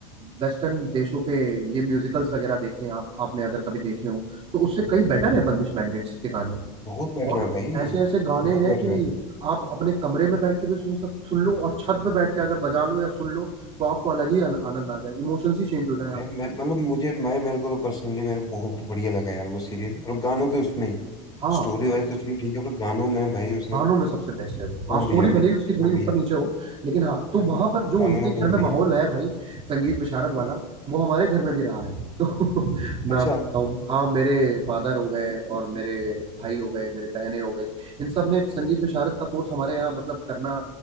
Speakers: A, on the right; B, on the left.
A: वेस्टर्न देशों के ये म्यूजिकल्स वगैरह देखें आप आपने अगर कभी देखे हो तो उससे कई बेटर है बंदिश बैंडिट्स के गाने
B: बहुत बेटर
A: और
B: है भाई
A: ऐसे ऐसे गाने
B: बहुत
A: हैं
B: बेटर
A: कि
B: है
A: आप अपने कमरे में बैठ के भी सुन सक सुन लो और छत पे बैठ के अगर बजा लो या सुन लो तो आपको अलग ही अल- आनंद आ जाए इमोशंस ही चेंज हो जाए आपके
B: है मैं मतलब मुझे मैं मेरे को तो पर्सनली मेरे बहुत बढ़िया लगा यार वो सीरीज और गानों के उसमें ही
A: हाँ
B: स्टोरी वाइज तो चलो ठीक है पर गानों में भाई उसने
A: कहानों
B: तोड़
A: में सबसे बेस्ट है वो हाँ स्टोरी
B: दिया भाई
A: भले
B: तोड़
A: ही उसकी थोड़ी ऊपर
B: दिया
A: नीचे हो लेकिन हाँ तो
B: हम्म,
A: वहां पर जो
B: गानों
A: उनके
B: में
A: घर
B: तोड़ दिया
A: में माहौल है भाई संगीत विशारद वाला
B: हम्म,
A: वो हमारे घर में भी रहा है तो <laughs>
B: अच्छा
A: मैं आपको बताऊं हाँ मेरे फादर हो गए और मेरे भाई हो गए मेरे बहनें हो गई इन सब ने एक संगीत विशारद का कोर्स हमारे यहाँ मतलब करना